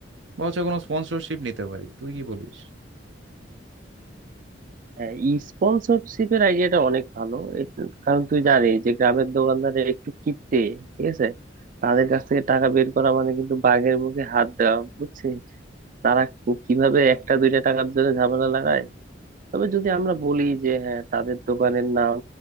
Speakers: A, on the right (about 70°); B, on the right (about 45°).
A: বা হচ্ছে কোনো স্পন্সরশিপ নিতে পারি তুই কি বলিস
B: হ্যাঁ ই স্পন্সরশিপের আইডিয়াটা অনেক ভালো এ- কারণ তুই জানিস যে গ্রামের দোকানদারে একটু কিপটে ঠিক আছে তাদের কাছ থেকে টাকা বের করা মানে কিন্তু বাঘের মুখে হাত দেওয়া বুঝছিস তারা কিভাবে একটা দুইটা টাকার জন্য ঝামেলা লাগায় তবে যদি আমরা বলি যে হ্যাঁ তাদের দোকানের নাম